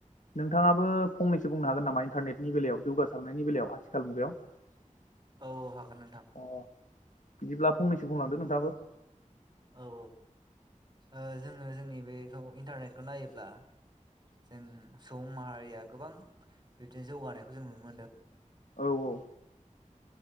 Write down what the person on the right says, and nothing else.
औ हागोन नोंथां
औ औ जोङो जोंनि बेखौ इन्टारनेटखौ नायोब्ला जों सुबुं माहारिया गोबां बिदिनो जौगानायखौ जों नुनो मोनदों